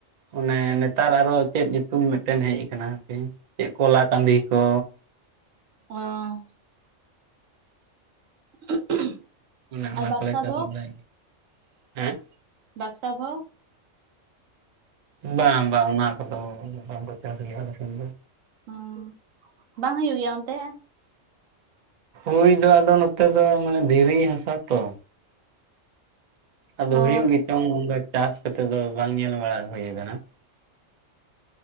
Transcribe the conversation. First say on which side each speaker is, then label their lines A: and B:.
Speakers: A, on the right; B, on the right.
A: ᱚᱱᱮ ᱱᱮᱛᱟᱨ ᱟᱨᱚ ᱪᱮᱫ ᱧᱩᱛᱩᱢ ᱢᱤᱫ ᱴᱮᱝ ᱦᱮᱡ ᱟᱠᱟᱱᱟ ᱦᱟᱯᱮ ᱪᱮᱫ ᱠᱚᱞᱟ ᱠᱟᱸᱫᱤ ᱠᱚ
B: ᱚᱸᱻ <unintelligible>
A: ᱚᱱᱮ ᱚᱱᱟ
B: ᱟᱨ ᱵᱟᱠᱥᱟ
A: ᱠᱚᱞᱮ ᱪᱟᱥ
B: ᱵᱷᱳᱜᱽ
A: ᱵᱟᱲᱟᱭ ᱜᱮᱭᱟ, ᱦᱮᱸ
B: ᱵᱟᱠᱥᱟ ᱵᱷᱟᱹᱣ᱾
A: ᱵᱟᱝ ᱵᱟᱝ ᱚᱱᱟ ᱠᱚᱫᱚ ᱵᱟᱝᱠᱚ ᱪᱟᱥ ᱜᱮᱭᱟ ᱟᱞᱮ ᱥᱮᱱ ᱫᱚ᱾
B: ᱚᱸ ᱵᱟᱝ ᱦᱩᱭᱩᱜ ᱜᱮᱭᱟ ᱚᱱᱛᱮ?
A: ᱦᱩᱭ ᱫᱚ ᱟᱫᱚ ᱱᱚᱛᱮ ᱫᱚ ᱢᱟᱱᱮ ᱫᱷᱤᱨᱤ ᱦᱟᱥᱟ ᱛᱚ᱾ ᱟᱫᱚ
B: ᱚ
A: ᱦᱩᱭᱩᱜ ᱜᱮᱪᱚᱝ ᱚᱱᱠᱟ ᱪᱟᱥ ᱠᱟᱛᱮᱜ ᱫᱚ ᱵᱟᱝ ᱧᱮᱞ ᱵᱟᱲᱟ ᱦᱩᱭ ᱟᱠᱟᱱᱟ ᱾